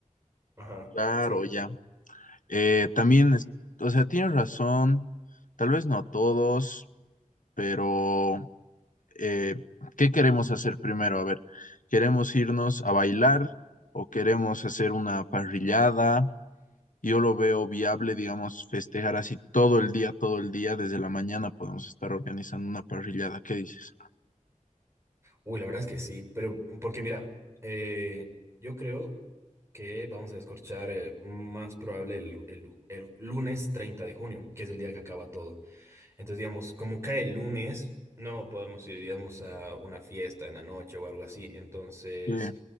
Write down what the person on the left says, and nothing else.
claro,
ya. Eh, también, es- o sea, tienes razón, tal vez no a todos, pero eh, ¿qué queremos hacer primero? A ver, ¿queremos irnos a bailar o queremos hacer una parrillada? yo lo veo viable, digamos, festejar así todo el día, todo el día, desde la mañana podemos estar organizando una parrillada, ¿qué dices?
Eh,